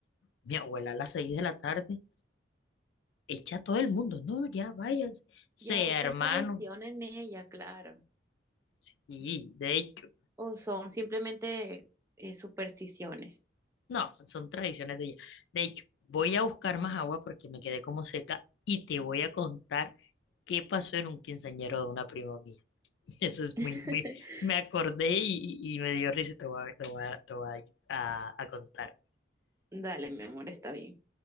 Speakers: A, on the left (about 75°); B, on the right (about 15°).
A: mi abuela a las seis de la tarde echa a todo el mundo. No, ya váyanse. Sea
B: Ya eso
A: hermano,
B: es tradición en ella, claro.
A: Sí, de hecho,
B: o son simplemente eh, supersticiones.
A: no, son tradiciones de ella. De hecho, voy a buscar más agua porque me quedé como seca y te voy a contar qué pasó en un quinceañero de una prima mía. <laughs> Eso es
B: <laughs>
A: muy, muy, me acordé y, y- y me dio risa y te voy a, te voy a, te voy a, a a contar.
B: Dale, mi amor, está bien.